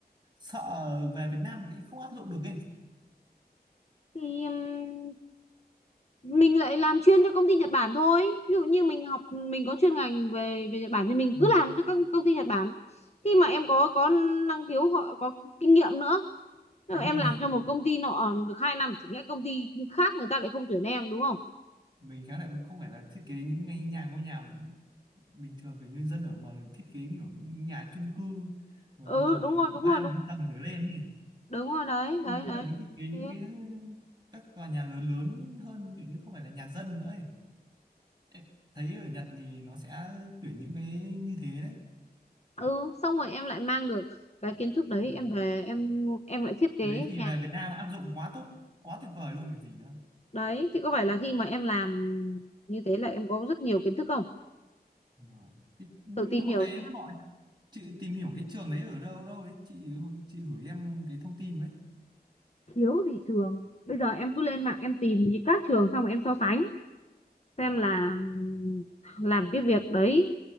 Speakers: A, on the right (about 25°); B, on the left (about 40°).
A: sợ về Việt Nam thì không áp dụng được ấy
B: thì ừm, mình lại làm chuyên cho công ty Nhật Bản thôi ví dụ như mình học mình có chuyên ngành về về Nhật Bản thì mình
A: ừ.
B: cứ làm cho các công ty Nhật Bản khi mà em có có năng khiếu họ có kinh nghiệm nữa Nếu
A: kéo
B: mà
A: mình
B: em làm cho một công ty nọ được hai năm chẳng nhẽ công ty khác người ta lại không tuyển em đúng không
A: mình khéo lại không phải là thiết kế những cái nhà ngôi nhà bình thường kiểu như dân ở mà là thiết kế kiểu những nhà chung cư rồi
B: ừ
A: từ
B: đúng
A: từ
B: rồi đúng
A: ba
B: rồi đúng
A: bốn
B: rồi
A: tầng trở lên ấy.
B: đúng rồi đấy
A: Em
B: đấy
A: nghĩ
B: đấy
A: là cái thiết kế những
B: Thế.
A: cái các tòa nhà lớn lớn hơn kiểu như không phải là nhà dân nữa ấy. Em thấy ở Nhật thì nó sẽ tuyển những cái như thế đấy.
B: ừ xong rồi em lại mang được cái kiến thức đấy
A: Ừ.
B: em về em em lại thiết kế
A: Cái đấy thì
B: nhà
A: về Việt Nam áp dụng quá tốt, quá tuyệt vời luôn cái gì nữa.
B: đấy thì có phải là khi mà em làm như thế là em có rất nhiều kiến thức không
A: Wow. Thế, nhưng
B: thử tìm
A: mà
B: hiểu
A: cái
B: xem
A: hôm nọ chị tìm hiểu cái trường đấy ở đâu đâu đấy chị chị gửi em cái thông tin với.
B: thiếu gì trường bây giờ em cứ lên mạng em tìm những các trường xong rồi em so sánh xem là làm cái việc đấy